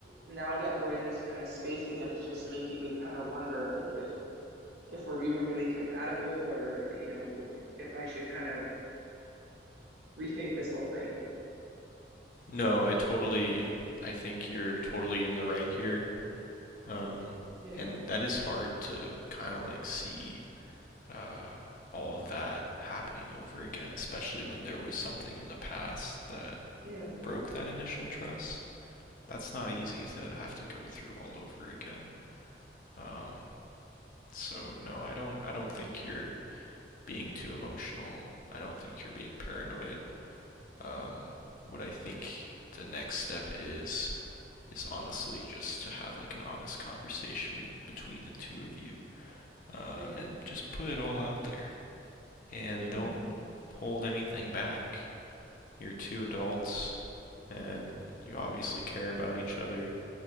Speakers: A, on the right; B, on the left.
A: now that we're in this kind of space again, it's just making me kind of wonder like if if we're even really compatible or, you know, if I should kind of rethink this whole thing.
B: No, I totally. I think you're totally in the right here. Um,
A: Yeah.
B: and that is hard to kind of like see uh, all of that happening over again, especially when there was something in the past that
A: Yeah.
B: broke that initial trust. That's not easy to have to go through all over again. Um, so no, I don't. I don't think you're being too emotional. I don't think you're being paranoid. um, what I think the next step is is honestly just to have like an honest conversation between the two of you uh,
A: Yeah.
B: and just put it all out there and
A: hmm
B: don't hold anything back. You're two adults and you obviously care about each other.